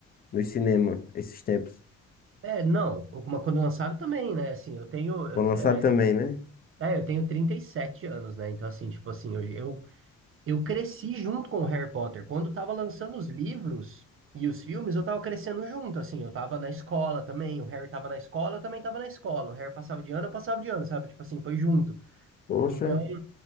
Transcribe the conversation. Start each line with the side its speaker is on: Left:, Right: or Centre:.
Left: no cinema esses tempos.
Right: É, não, uma quando lançaram também, né? Assim, eu tenho, eu,
Left: Quando lançaram
Right: é,
Left: também, né?
Right: é, eu tenho 37 anos, né? Então, assim, tipo assim, eu, eu, eu cresci junto com o Harry Potter. Quando tava lançando os livros e os filmes, eu tava crescendo junto, assim, eu tava na escola também, o Harry tava na escola, eu também tava na escola, o Harry passava de ano, eu passava de ano, sabe? Tipo assim, foi junto.
Left: Poxa.
Right: Então,